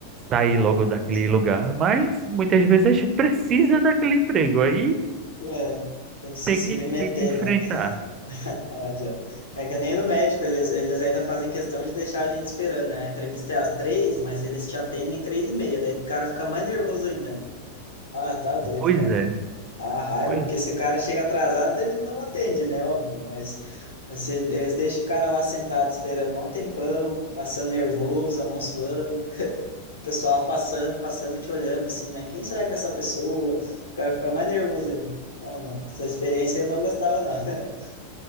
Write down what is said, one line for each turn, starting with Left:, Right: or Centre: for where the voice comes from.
Right: sair
Left: nossa.
Right: logo daquele lugar, mas muitas vezes a gente precisa daquele emprego, aí
Left: É, tem que se
Right: tem
Left: submeter,
Right: que, tem que enfrentar.
Left: né? <laughs> Não adianta. É que nem no médico, eles, eles ainda fazem questão de deixar a gente esperando, né? A entrevista é às três, mas eles te atendem em três e meia, daí o cara fica mais nervoso ainda. né? Ah, tá doido,
Right: Pois
Left: cara.
Right: é,
Left: A raiva,
Right: pois
Left: porque se o cara chega atrasado, eles não atendem, né? Óbvio, mas se, eles deixam o cara lá sentado esperando um tempão, passando nervoso, a mão suando, o pessoal passando, passando e te olhando assim, né? Quem será que é essa pessoa? O cara fica mais nervoso ainda. Não, não. Essa experiência eu não gostava, não. <laughs>